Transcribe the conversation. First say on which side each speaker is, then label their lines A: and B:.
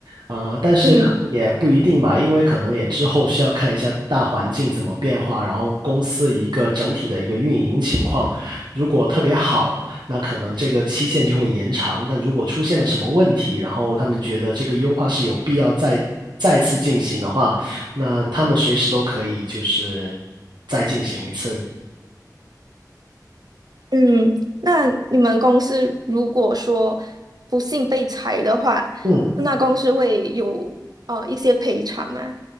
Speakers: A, on the right; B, on the right.
A: 啊，呃但是可能也不一定吧，
B: 嗯
A: 因为可能也之后需要看一下大环境怎么变化，然后公司一个整体的一个运营情况，如果特别好，那可能这个期限就会延长，但如果出现了什么问题，然后他们觉得这个优化是有必要再再次进行的话，那他们随时都可以就是再进行一次。
B: 嗯，那你们公司如果说不幸被裁的话，
A: 嗯，
B: 那公司会有呃一些赔偿吗？